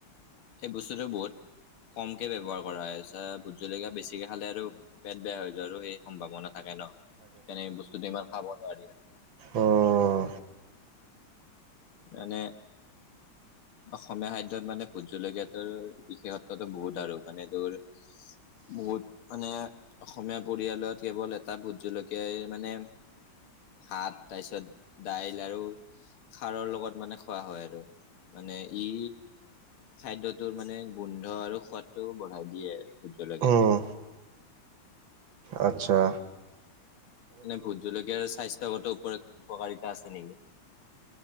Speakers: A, on the left (about 85°); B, on the right (about 70°).
A: সেই বস্তুটো বহুত কমকে ব্যৱহাৰ কৰা হয় চা ভোত জলকীয়া বেছিকে খালে আৰু পেট বেয়া হৈ যোৱা আৰু সেই সম্ভাৱনা থাকে ন সেনেকে বস্তুদি ইমান খাব নোৱাৰি আৰু
B: উম
A: মানে অসমীয়া খাদ্যত মানে ভোট জলকীয়াটোৰ বিশেষত্বটো বহুত আৰু মানে তোৰ বহুত মানে অসমীয়া পৰিয়ালত কেৱল এটা তাত ভোট জলকীয়াই মানে ভাত তাৰপিছত দাইল আৰু খাৰৰ লগত মানে খোৱা হয় আৰু মানে ই খাদ্যটোৰ মানে গোন্ধ আৰু সোৱাদটো বঢ়াই দিয়ে ভোট জলকীয়াতে
B: উম আচ্ছা
A: মানে ভোট জলকীয়াৰ স্বাস্থ্য গতো উপকাৰিতা আছে নিকি